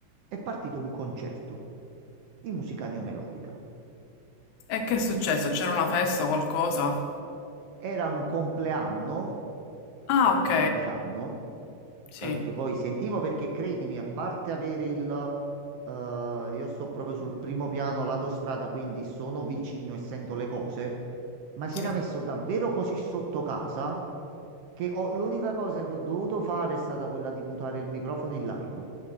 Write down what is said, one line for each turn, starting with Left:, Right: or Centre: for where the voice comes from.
Right: è partito un concerto di musica neomelodica.
Left: E che è successo? C'era una festa o qualcosa?
Right: Era un compleanno,
Left: Ah,
Right: era
Left: ok,
Right: un compleanno
Left: sì,
Right: eh, che poi sentivo perché credimi, a parte avere il... eh, io sto proprio sul primo piano lato strada, quindi sono vicino e sento le cose, ma si
Left: sì.
Right: era messo davvero così sotto casa che ho- l'unica cosa che ho dovuto fare è stata quella di mutare il microfono in live.